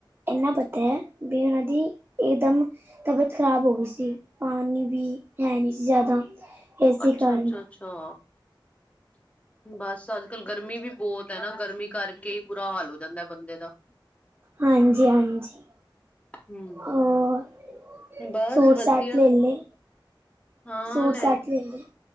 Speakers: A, on the right; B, on the left.
A: ਇੰਨਾ ਪਤਾ ਹੈ ਵੀ ਉਹਨਾਂ ਦੀ ਇਕਦਮ ਤਬੀਅਤ ਖ਼ਰਾਬ ਹੋ ਗਈ ਸੀ, ਪਾਣੀ ਵੀ ਹੈ ਨਹੀਂ ਸੀ ਜ਼ਿਆਦਾ। ਇਸੇ
B: ਅੱਛਾ,
A: ਕਾਰਨ
B: ਅੱਛਾ, ਅੱਛਾ! ਬਸ ਅੱਜ ਕੱਲ ਗਰਮੀ ਵੀ ਬਹੁਤ ਹੈ ਨਾ। ਗਰਮੀ ਕਰਕੇ ਹੀ ਬੁਰਾ ਹਾਲ ਹੋ ਜਾਂਦਾ ਬੰਦੇ ਦਾ।
A: ਹਾਂਜੀ, ਹਾਂਜੀ
B: ਹੂੰ।
A: ਹੋਰ
B: ਬਸ
A: ਸੂਟ
B: ਵਧੀਆ
A: ਸੈਟ ਲੇ ਲੇ।
B: ਹਾਂ
A: ਸੂਟ
B: ਲੈ
A: ਸੈਟ ਲ ਲੇ।